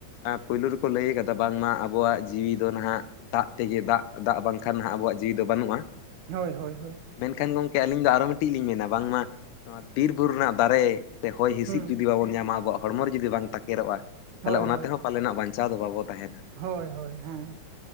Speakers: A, on the left (about 85°); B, on the right (about 85°).
A: ᱟᱸ ᱯᱩᱭᱞᱩ ᱨᱮᱠᱚ ᱞᱟᱹᱭ ᱠᱟᱫᱟ ᱵᱟᱝᱢᱟ ᱟᱵᱚᱣᱟᱜ ᱡᱤᱣᱤ ᱫᱚ ᱱᱟᱦᱟᱜ ᱫᱟᱜ ᱛᱮᱜᱮ ᱫᱟᱜ ᱫᱟᱜ ᱵᱟᱝᱠᱷᱟᱱ ᱱᱟᱦᱟᱜ ᱟᱵᱚᱣᱟᱜ ᱡᱤᱣᱤ ᱫᱚ ᱵᱟᱹᱱᱩᱜᱼᱟ ᱾
B: ᱦᱳᱭ ᱦᱳᱭ ᱦᱳᱭ ᱾
A: ᱢᱮᱱᱠᱷᱟᱱ ᱜᱚᱝᱠᱮ ᱟᱹᱞᱤᱧ ᱫᱚ ᱟᱨᱚ ᱢᱤᱫᱴᱤᱡ ᱞᱤᱧ ᱢᱮᱱᱟ, ᱵᱟᱝᱢᱟ ᱱᱚᱣᱟ ᱵᱤᱨ ᱵᱩᱨᱩ ᱨᱮᱱᱟᱜ ᱫᱟᱨᱮ ᱥᱮ ᱦᱚᱭ ᱦᱤᱸᱥᱤᱫ
B: ᱦᱩᱸ
A: ᱡᱩᱫᱤ ᱵᱟᱵᱚᱱ ᱧᱟᱢᱟ ᱟᱵᱚᱣᱟᱜ ᱦᱚᱲᱢᱚ ᱨᱮ ᱡᱩᱫᱤ ᱵᱟᱝ ᱛᱟᱠᱮᱨᱚᱜᱼᱟ, ᱛᱟᱦᱚᱞᱮ
B: ᱦᱳᱭ ᱦᱳᱭ
A: ᱚᱱᱟ ᱛᱮᱦᱚᱸ ᱯᱟᱞᱮᱱᱟᱜ ᱵᱟᱧᱪᱟᱣ ᱫᱚ ᱵᱟᱵᱚ ᱛᱟᱦᱮᱱᱟ!
B: ᱦᱳᱭ ᱦᱳᱭ ᱦᱮᱸ᱾